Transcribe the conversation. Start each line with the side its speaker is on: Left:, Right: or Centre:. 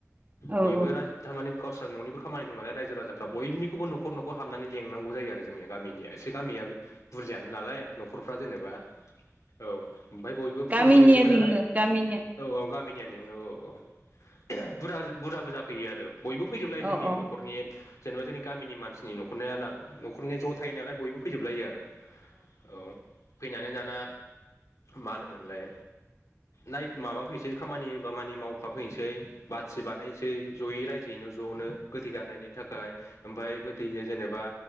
Right: औ
Left: बयबो रायजो थारमाने गावस्रा न'निबो खामानि दं नालाय रायजो राजाफ्रा बयनिखौबो न'खर न'खर हाबनानै लेंनांगौ जायो आरो जोंनिया गामिया एसे गामिया बुरजायानो नालाय न'खरफ्रा जेनेबा औ ओमफाय बयबो
Right: गामिनिया
Left: फुङावनो लिंजोबबाय
Right: लिङो
Left: नालाय
Right: गामिनिया
Left: औ औ गामिनिया लिङो औ औ <unintelligible> बुरजा बुरजाबो जाफैयो आरो बयबो फैजोबलायो
Right: औ
Left: जोंनि
Right: औ
Left: न'खरनि जेनेबा जोंनि गामिनि मानसिनि न'खरनिया न'खरनिया ज' थायो नालाय बयबो फैजोब लायो आरो औ फैनानै दाना मा होनोमोनलाय नाय माबाफैनोसै खामानि दामानि मावफाफैसै। बाथि बानायसै ज'यै रायजोयैनो ज'नो गोथै गारनायनि थाखाय। ओमफाय गोथैनो जेनेबा